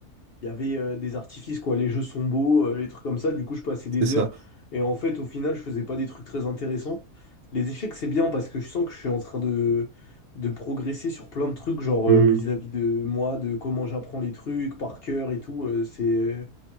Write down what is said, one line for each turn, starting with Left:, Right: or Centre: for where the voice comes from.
Left: il y avait euh, des artifices, quoi. Les jeux sont beaux, euh, les trucs comme ça. Du coup, je passais des
Right: C'est ça.
Left: heures. Et en fait, au final, je faisais pas des trucs très intéressants. Les échecs, c'est bien parce que je sens que je suis en train de, de progresser sur plein de trucs, genre
Right: Mm.
Left: euh, vis-à-vis de moi, de comment j'apprends les trucs par cœur et tout. euh, c'est euh,